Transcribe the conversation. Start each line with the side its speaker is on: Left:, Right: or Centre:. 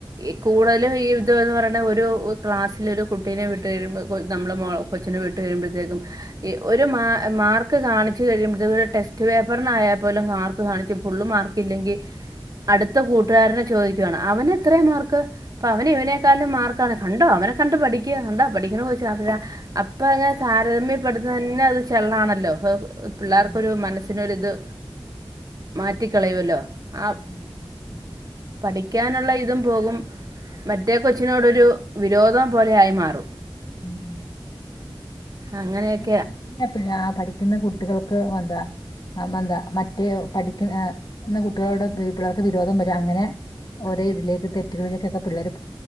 Right: ഈ കൂടുതലും ഈവിധംന്ന് പറയണത് ഒരു ക്ലാസിൽ ഒരു കുട്ടിനെ വിട്ടു കഴിയിമ്പോഴെക്കും. നമ്മള് മോളെ കൊച്ചിനെ വിട്ട് കഴിയുമ്പോഴത്തേക്കും. ഈ ഒരു മാ മാർക്ക് കാണിച്ച് കഴിയുമ്പത്തേക്കും <unintelligible> ടെസ്റ്റ് പേപ്പറിനായാൽ പോലും. മാർക്ക് കാണിച്ചും ഫുള്ള് മാർക്ക് ഇല്ലെങ്കിൽ അടുത്ത കൂട്ടുകാരനെ ചോദിക്കുവയാണ്, അവന് എത്രയാ മാർക്ക്. അപ്പ അവന് ഇവനേക്കാളും മാർക്കാണ് കണ്ടോ അവ നെ കണ്ട് പഠിക്ക്, കണ്ടോ? പഠിക്കണ കൊച്ചാ. അപ്പഴ അപ്പ അതിന താരതമ്യപ്പെടുത്തുന്ന തന്നെ അത് ചെള്ളാണല്ലോ. ഒഹോ പിള്ളേർക്ക്
Left: ആ
Right: ഒരു മനസ്സിനൊരു ഇത് മാറ്റിക്കളയുവല്ലോ ആപ്
Left: അത് മാറ്റിക്കളയും ഉം
Right: പഠിക്കാനുള്ള ഇതും പോകും. മറ്റേ കൊച്ചിനോടൊരു വിരോധം പോലെ ആയി മാറും.
Left: ഉം
Right: അങ്ങനെയെക്ക്
Left: ആഹ് ശരിയാ പിൾ ആ പഠിക്കുന്ന കുട്ടികൾക്ക് വതാ <unintelligible> മറ്റേ പഠിക്കുന്ന ആഹ് ന്ന കുട്ടികളോട് പിള്ളേർക്ക് വിരോധം വരും അങ്ങനെ ഒരെ ഇതിലേക്ക് തെറ്റ്കളിലേക്കൊക്കെ പിള്ളേര്